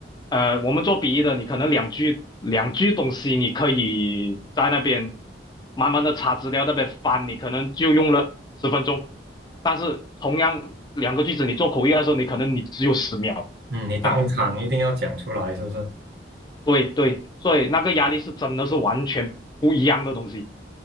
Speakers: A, on the left; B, on the right.
A: 呃，我们做笔译的，你可能两句两句东西，你可以在那边慢慢的查资料，那边翻，你可能就用了十分钟。但是同样两个句子，你做口译的时候，你可能你只有十秒，
B: 嗯，你当场一定要讲出来，
A: 啊，
B: 是不是？
A: 对对，所以那个压力是真的是完全不一样的东西，